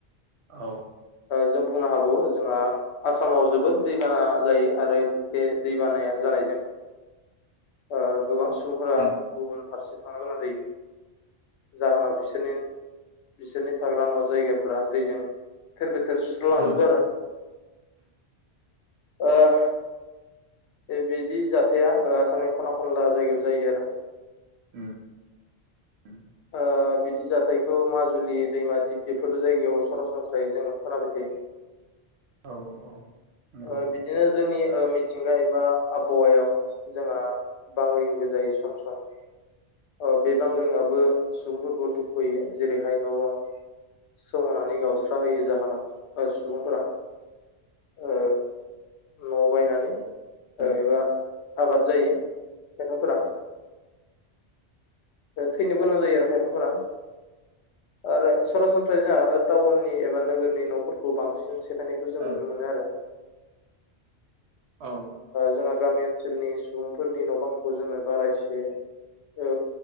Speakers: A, on the right (about 75°); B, on the left (about 75°).
A: औ।
B: जों बुंनो हाबावो जोंहा आसामाव जोबोद दैबाना जायो आरो बे दैबानाया जानायजों ओ गोबां सुबुंफोरा
A: उम
B: गुबुन फारसे थांनो गोनां जायो। जाहोनाव बिसोरनि बिसोरनि थाग्रा न' जायगाफोरा दैजों थेर बे थेर सुस्र लांजोबो
A: उम
B: आरो <unintelligible> ओ बिदि जाथाया ओ आसामनि खना खनला जायगायाव जायो आरो
A: उम उम
B: ओ बिदि जाथायखौ माजुलि दैमा दिप बेफोर जायगायाव सरासनस्रायै जोंङो खोनाबाय थायो <inaudible>
A: औ औ नंगौ
B: ओ बिदिनो जोंनि ओ मिथिंगा एबा आबहावायाव जोंहा बांग्रिंबो जायो सम सम बे बांग्रिंआबो सुबुंफोरखौ दुखुयो जेरैहाय न बां सोमावनानै गावस्रा होयो जाहोनाव सुबुंफोरा ओ नआव बायनानै
A: औ
B: एबा आघाद जायो खायगाफोरा थैनो गोनां जायो आरो खायफाफोरा आरो सरासनस्रायै जोंहा टाउननि एबा नोगोरनि नफोरखौ बांसिन गायनायखौ जों
A: औ
B: नुनो मोनो आरो
A: औ औ
B: जोंहा गामि ओनसोल ओनसोलनि सुबुंफोरनि न' बांखौ जोंङो बारायस एसे